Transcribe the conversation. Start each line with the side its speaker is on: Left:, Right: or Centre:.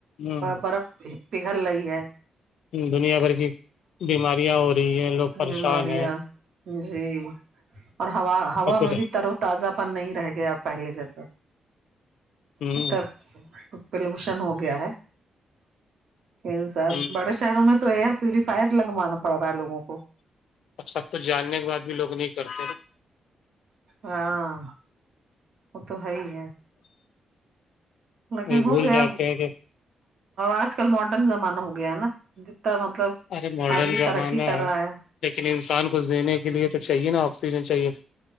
Left: ہ
Right: برف پگل رہی ہے
Left: دنیا بھر کی بیماریاں ہو رہی ہیں لوگ
Right: بیماریاں
Left: پریشان ہیں
Right: جی اور ہوا
Left: سب
Right: ہوا
Left: کچھ
Right: میں بھی تر و تازہ پن نہیں رہ گیا پہلے جیسا
Left: ہ
Right: اتنا پولوشن ہو گیا ہے انسان
Left: ہ
Right: بار شہروں میں تو ایئر پیوریفائر لگوانا پڑ رہا ہے لووں کو
Left: اب سب کچھ جاننے کے بعد بھی لوگ نہیں کرتےے
Right: ہاں وہ تو ہے ہی ہے لیکن
Left: وہ بھول
Right: ہو گیا
Left: جاتے ہیں کہ
Right: آج کل ماڈرن زمانہ ہو گیا نا جتنا مطلب
Left: ارے ماڈرن
Right: آگے
Left: زمانہ
Right: ترقی کر رہا ہے
Left: لیکن انسان کو زنے کے لیے تو چاہیے نا آکسیجن چاہیے